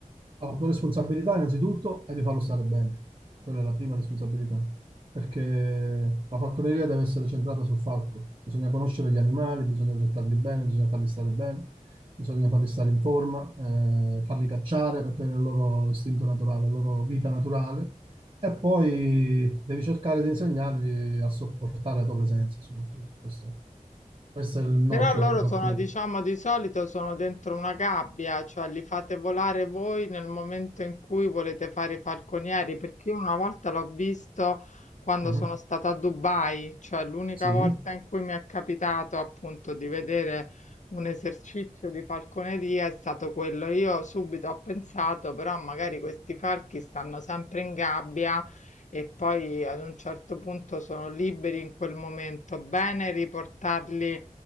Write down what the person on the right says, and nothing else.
Allora, la tua responsabilità innanzitutto è di farlo stare bene, quella è la prima responsabilità, perché la falconeria deve essere centrata sul falco, bisogna conoscere gli animali, bisogna trattarli bene, bisogna farli stare bene, bisogna farli stare in forma, eh, farli cacciare perché è il loro istinto naturale, la loro vita naturale, e poi devi cercare di insegnargli a sopportare la tua presenza soprattutto, questo, questo è il nocciolo
della falconeria.
Mhm.
Sì,